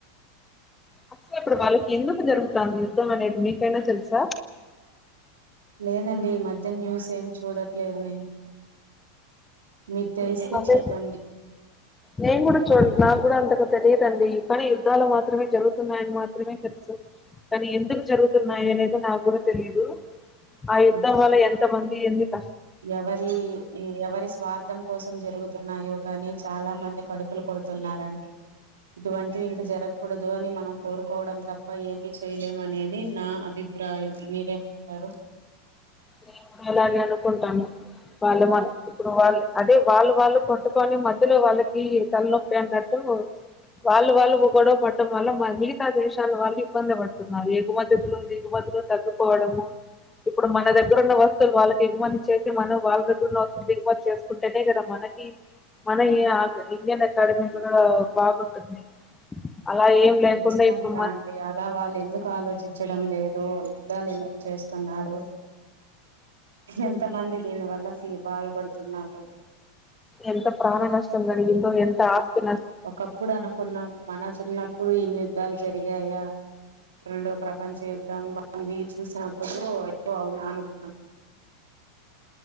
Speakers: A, on the left (about 15°); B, on the right (about 80°).
A: అసలేపుడ్ ఎందుకు జరుగుతాంది యుద్ధం అనేది మీకైనా తెలుసా
B: లేదండి ఈ మధ్య న్యూస్ ఏం చూడట్లేదు నేను మీకు తెలిస్తే
A: అదే
B: చెప్పండి
A: నేను కూడా చూడ్ నాకు కూడా అంతకు తెలియదండి కానీ యుద్ధాలు మాత్రమే జరుగుతున్నాయని మాత్రమే తెలుసు కానీ ఎందుకు జరుగుతున్నాయి అనేది నాకు కూడా తెలీదు ఆ యుద్ధం
B: ఉమ్,
A: వల్ల ఎంత మంది ఎందుకు
B: ఎవరి ఎవరి స్వార్థం కోసం జరుగుతున్నాయో కానీ చాలా మంది కడుపులు కొడుతున్నారండి ఇటువంటివి ఇంకా జరగకూడదు అని మనం కోరుకోవడం తప్ప ఏమి చేయలేమ అనేది నా అభిప్రా ప్రాయం మీరేమంటారు
A: నేను అలాగే అనుకుంటాన్న వాళ్ళ మ ఇప్పుడు వాళ్ళు అదే వాళ్ళు వాళ్ళు కొట్టుకొని మధ్యలో వాళ్ళకి తలనొప్పి అన్నట్టు <inaudible> వాళ్ళు వాళ్ళు గొడవ పడటడం వల్ల మిగతా దేశాలు వాళ్ళు ఇబ్బంది పడుతున్నారు ఎగు మద్ద్యతులు దిగుమద్ద్యత్ ఇలో తగ్గపోవడము ఇప్పుడు మన దగ్గర దగ్గరున్న వస్తు వాళ్ళకి ఎగుమతి చేస్త మనం వాళ్ళ దగ్గరలో వస్తు దిగుమత్ చేసుకుంటేనే కదా మనకి మన ఇండియన్ అకాడమీ కూడా బాగుంటుంది అలా ఏం లేకుండా
B: ఖచ్చితంగా
A: ఇప్పుడు మన
B: అండి అలా వాళ్ళు ఎందుకు ఆలోచించడం లేదు యుద్ధాలు ఎందుకు చేస్తున్నారో ఎంత మంది దీని వల్ల బాధపడుతున్నారో
A: ఎంత ప్రాణ నష్టం ఎంత ఆస్తు
B: ఒకప్పుడు అనుకున్నాం మన చిన్నప్పుడు ఈ యుద్ధాలు జరిగాయా రెండో ప్రపంచ యుద్ధం ఇవి చూసినప్పుడు అయ్యో అవు అనుకు